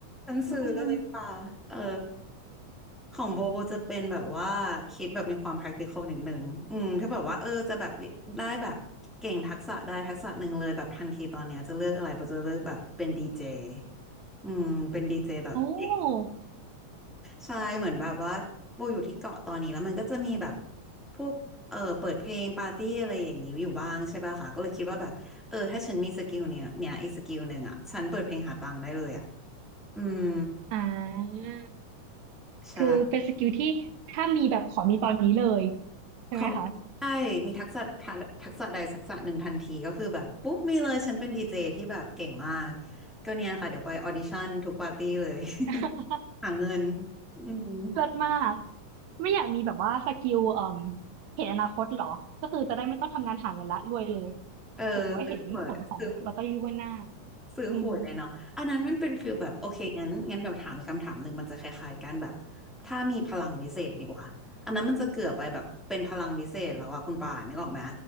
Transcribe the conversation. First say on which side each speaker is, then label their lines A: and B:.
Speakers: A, in the centre; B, on the right.
A: ฉันซื้อเลยป่ะเออ
B: อืม
A: ของโบโบจะเป็นแบบว่าคิดแบบมีความ practical นิดนึงอืมถ้าแบบว่าเออจะแบบได้แบบเก่งทักษะได้ทักษะหนึ่งเลยแบบทันทีตอนเนี้ยจะเลือกอะไรโบจะเลือกแบบเป็นดีเจอืมเป็นดีเจแบบเก่ง
B: โอ้
A: ใช่เหมือนแบบว่าโบอยู่ที่เกาะตอนนี้แล้วมันก็จะมีแบบพวกเออเปิดเพลงปาร์ตี้อะไรอย่างนี้อยู่บ้างใช่ป่ะคะก็เลยคิดว่าแบบเออถ้าฉันมีสกิลเนี้ยเนี่ยอีกสกิลหนึ่งอ่ะฉันเปิดเพลงหาตังค์ได้เลยอ่ะอืม
B: อ่า
A: ใช่
B: คือเป็นสกิลที่ถ้ามีแบบขอมีตอนนี้เลยใช่ไหมคะ
A: คอมใช่มีทักษะทัทักษะใดทักษะหนึ่งทันทีก็คือแบบปุ๊บมีเลยฉันเป็นดีเจที่แบบเก่งมากก็เนี่ยค่ะเดี๋ยวไปออดิชั่นทุกปาร์ตี้เลย
B: <laughs>
A: <laughs> หาเงินอืม
B: เลิศมาก ไม่อยากมีแบบว่าสกิลเอ่มเห็นอนาคตเหรอ ก็คือจะได้ไม่ต้องทำงานหาเงินละรวยเลย
A: เออซื้อตั๋วซื้อ
B: สมมติว่าเห็นผลของลอตเตอรี่ว่วดหน้า
A: ซื้อขวดเลยเนาะอันนั้นมันเป็นฟีลแบบโอเคงั้นงั้นเดี๋ยวถามอีกคำถามหนึ่งมันจะคล้ายๆกันแบบ
B: อืม
A: ถ้ามีพลังวิเศษดีกว่าอันนั้นมันจะเกือบไปแบบเป็นพลังวิเศษแล้วอะคุณป่านนึกออกไหม